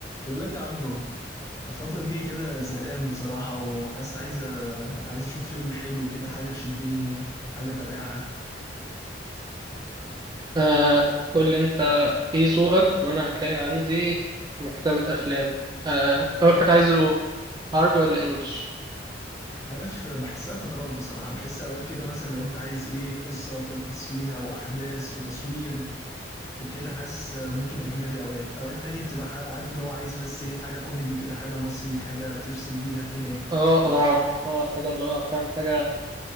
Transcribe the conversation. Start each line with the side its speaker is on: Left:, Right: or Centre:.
Left: بقول لك يا عبدو الفترة دي كده زهقان بصراحة وحاسس عايز عايز أشوف فيلم حلو كده حاجة تشدني حاجة أتابعها
Right: آه قول لي انت ايه ذوقك وانا هتلاقي عندي مكتبة افلام آه اول حاجة عايزه عربي ولا انجليش
Left: عارف بحسها فترات بصراحة بحس أوقات كده مثلا لو أنت عايز إيه قصة تركز فيها وأحداث وتصوير وكده حاسس ممكن أجنبي أوقات أوقات تانية بتبقى حار- عارف اللي هو عايز بس إيه حاجة كوميدي كده حاجة مصري حاجة تفصل بيها كده يعني
Right: اه اه اه حاجة اللي هو فاهم حاجة